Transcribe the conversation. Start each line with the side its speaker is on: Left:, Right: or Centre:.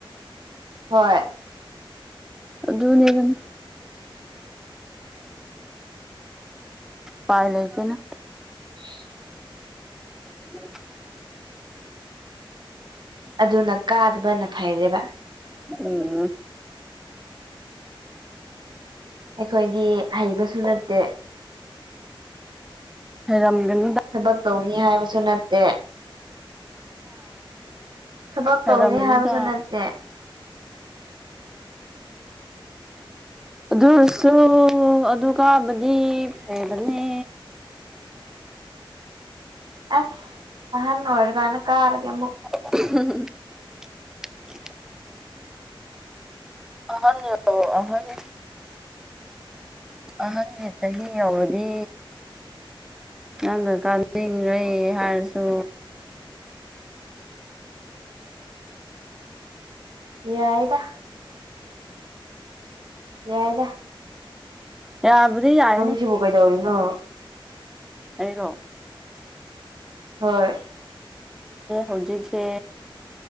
Right: ꯍꯣꯏ
Centre: ꯑꯗꯨꯅꯦ ꯑꯗꯨꯅꯦ ꯄꯥꯏ ꯂꯩꯒꯦꯅ
Right: ꯎ <unintelligible>
Centre: ꯑ <unintelligible>
Right: ꯑꯗꯨꯅ ꯀꯥꯗꯕꯅ ꯐꯩꯔꯦꯕ
Centre: ꯎꯝ
Right: ꯑꯩꯈꯣꯏꯗꯤ ꯍꯩꯕꯁꯨ ꯅꯠꯇꯦ
Centre: ꯍꯦꯔꯝꯒꯅ
Right: ꯊꯕꯛ ꯇꯧꯅꯤ ꯍꯥꯏꯕꯁꯨ ꯅꯠꯇꯦ ꯊꯕꯛ
Centre: ꯍꯩꯔꯝꯒꯅꯤꯗ
Right: ꯇꯧꯅꯤ ꯍꯥꯏꯕꯁꯨ ꯅꯠꯇꯦ
Centre: ꯑꯗꯨꯁꯨ ꯑꯗꯨ ꯀꯕꯗꯤ ꯐꯔꯅꯦ
Right: ꯑꯁ ꯑꯅꯣꯔ ꯀꯅ ꯀꯥꯔꯒꯦ
Centre: <unintelligible> ꯑꯍꯅꯤ ꯑꯍꯅꯤ ꯑꯍꯟꯒꯤ ꯆꯍꯤ ꯌꯥꯎꯔꯗꯤ ꯅꯪꯗ ꯀ ꯂꯩ ꯍꯥꯏꯔꯁꯨ
Right: ꯌꯥꯏꯗ ꯌꯥꯗ
Centre: ꯌꯥꯕꯙ ꯌꯥꯏꯅꯦ
Right: ꯁꯤꯕꯨ ꯀꯩꯗꯧꯔꯤꯅꯣ
Centre: ꯑꯩꯔꯣ
Right: ꯍꯣꯏ
Centre: ꯍꯧꯖꯤꯛꯁꯦ